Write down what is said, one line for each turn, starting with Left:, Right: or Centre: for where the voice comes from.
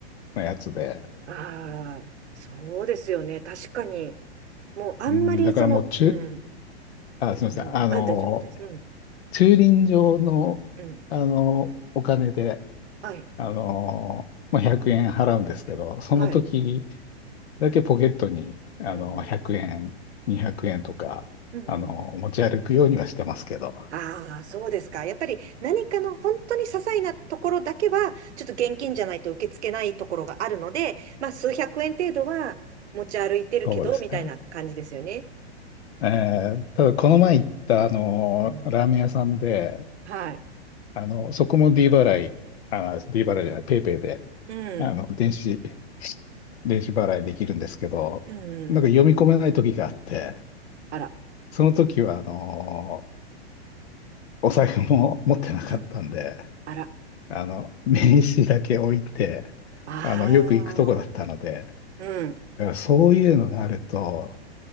Left: うなやつで。
Right: ああ、そうですよね。確かに。もうあんまりその、
Left: うん、だからもう、中、
Right: うん、
Left: あ、すみません。
Right: うん、うん。
Left: あの、
Right: あ、大丈夫です。うん、
Left: 駐輪場の、
Right: うん。
Left: あの、お金で、
Right: はい、
Left: あの、まあ、100円払うんですけど、その時
Right: はい。
Left: だけポケットに、あの、
Right: うん、うん、
Left: 100円、200円とか、
Right: うん、うん。
Left: あの、持ち歩くようにはしてますけど。
Right: ああ、そうですか。やっぱり何かの本当に些細なところだけは、ちょっと現金じゃないと受け付けないところがあるので、まあ数百円程度は持ち歩いてるけど、
Left: そうですね。
Right: みたいな感じですよね。
Left: えーただ、この前行った、あの、
Right: うん。
Left: ラーメン屋さんで、
Right: はい。
Left: あの、そこも D 払い、あ、D 払いじゃない、ペイペイで、
Right: うん。
Left: あの、電子、電子払いできるんですけど、
Right: う
Left: なんか読み込めない時があって、
Right: ん。あら。
Left: その時は、あの、お財布も <laughs> 持ってなかったんで、
Right: うん。あら。
Left: あの、名刺だけ置いて、
Right: ああ。
Left: あの、よく行くとこだったので、
Right: うん。
Left: だからそういうのがあると、